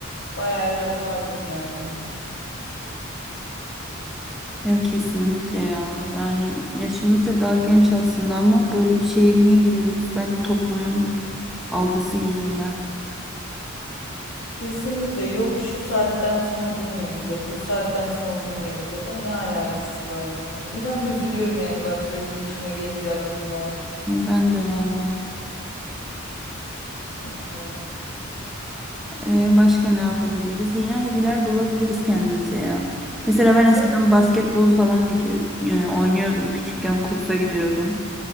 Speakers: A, on the left (about 70°); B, in the centre.
A: bayağı yapardım yani.
B: Ya kesinlikle ya. Yani yaşımız da daha genç aslında ama böyle bir şeye niye giriyoruz? Bence toplumun algısı yüzünden.
A: Kesinlikle yok şu saatten sonra bu mu yapılır, bu saatten sonra bu mu yapılır? Ya ne alakası var ya? İnan üzülüyorum yani bak böyle içime gelince aklımdan.
B: Ben de valla.
A: Yok canım.
B: Ee, başka ne yapabiliriz? Yine hobiler bulabiliriz kendimize ya. Mesela ben eskiden
A: E,
B: basketbol falan gidiyor, e, oynuyordum. Küçükken kursa gidiyordum.